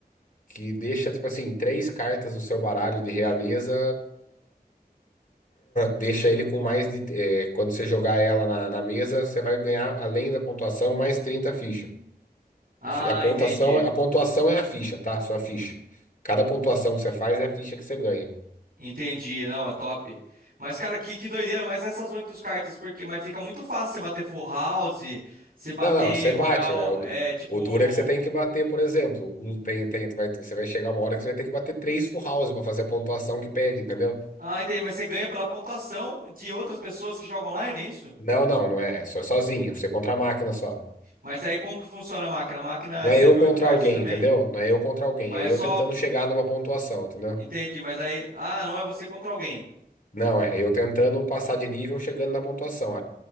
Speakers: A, on the left; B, on the right.
A: que deixa, tipo assim, três cartas do seu baralho de realeza. Deixa ele com mais de. é, quando você jogar ela na, na mesa, você vai ganhar, além da pontuação, mais 30 fichas.
B: Ah,
A: A fi- a pontuação,
B: entendi.
A: a pontuação é a ficha, tá? Sua ficha. Cada pontuação que você faz é a ficha que você ganha.
B: Entendi, não, é top. Mas, cara, que, que doideira, mas essas oito cartas, porque, mas fica muito fácil você bater Full House, você bater
A: Não, não, você
B: Royal,
A: bate. é o,
B: é,
A: du-
B: tipo...
A: o duro é que você tem que bater, por exemplo. um- tem, tem, vai- você vai chegar uma hora que você vai ter que bater três full house para fazer a pontuação que pede, entendeu?
B: Ah, entendi, mas você ganha pela pontuação de outras pessoas que jogam online, é isso?
A: Não, não, não é. Só sozinho, você contra a máquina só.
B: Mas aí como que funciona a máquina? A máquina
A: Não
B: recebe
A: é eu
B: oito
A: contra
B: cartas
A: alguém,
B: também,
A: entendeu? Não é eu contra alguém,
B: mas
A: é
B: é
A: eu
B: só...
A: tentando chegar numa pontuação, entendeu?
B: Entendi, mas aí... Ah, não é você contra alguém.
A: Não, é eu tentando passar de nível chegando na pontuação.